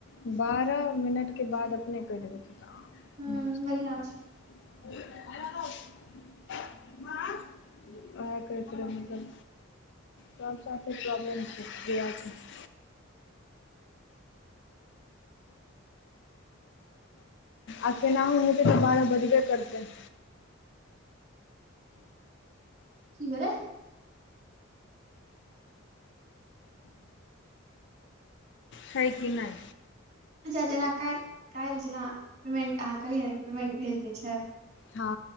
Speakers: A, on the left; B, on the right.
A: बारह मिनटके बाद अपने कटि देथि तऽ अपने
B: हूँ
A: के
B: बढ़ियां
A: देबै
B: छै
A: हा हो ओएह कह रहै छै। सभ साथे प्रॉब्लम छै। आब केनहो हेतै तऽ बारह बजबे करतै
B: कि भेलै
A: हइ कि नहि।
B: अच्छा जेना काल्हि काल्हि जेना पेमेन्ट अहाँ कहलियै ने पेमेन्ट भेज दै छै।
A: हा